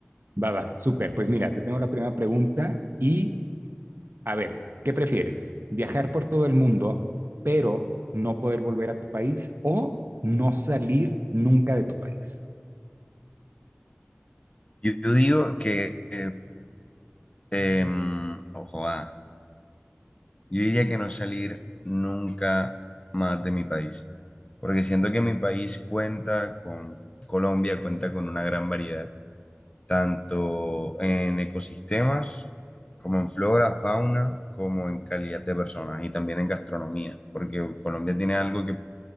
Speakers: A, on the right; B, on the left.
A: Va, va, súper. Pues mira, te tengo la primera pregunta y a ver, ¿qué prefieres? ¿Viajar por todo el mundo, pero no poder volver a tu país o no salir nunca de tu país?
B: Yo, yo digo que, eh, em, ojo, ah, yo diría que no salir nunca más de mi país, porque siento que mi país cuenta con, Colombia cuenta con una gran variedad tanto en ecosistemas, como en flora, fauna, como en calidad de personas y también en gastronomía, porque Colombia tiene algo que